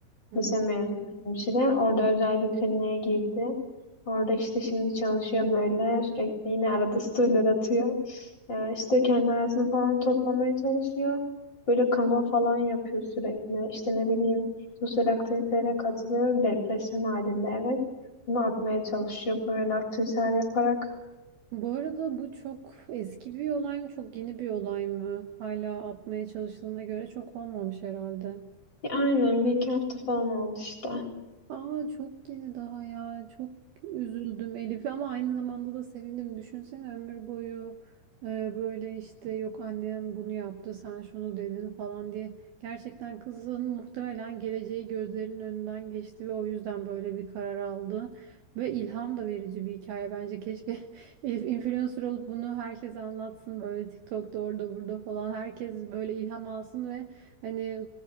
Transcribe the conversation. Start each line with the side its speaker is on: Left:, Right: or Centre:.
Right: Hmm.
Left: Lise mezunu hemşire. Orada özel bir kliniğe girdi. Orada işte şimdi çalışıyor böyle. Sürekli yine arada storyler atıyor. Ee, işte kendi hayatını falan toplamaya çalışıyor. Böyle kano falan yapıyor sürekli. İşte ne bileyim sosyal aktivitelere katılıyor. Bir depresyon halinde evet. Bunu atmaya çalışıyor böyle aktiviteler yaparak.
Right: Bu arada bu çok eski bir olay mı, çok yeni bir olay mı? Hala atmaya çalıştığına göre çok olmamış herhalde.
Left: Ya aynen bir iki hafta falan oldu işte.
Right: Ama çok yeni daha ya. Çok üzüldüm Elif'e ama aynı zamanda da sevindim. Düşünsene ömür boyu e, böyle işte yok annem bunu yaptı sen şunu dedin falan diye. Gerçekten kızın muhtemelen geleceği gözlerinin önünden geçti ve o yüzden böyle bir karar aldı. Ve ilham da verici bir hikaye bence. Keşke <laughs> Elif influencer olup bunu herkese anlatsın böyle TikTok'ta orada burada falan. Herkes böyle ilham alsın ve Hani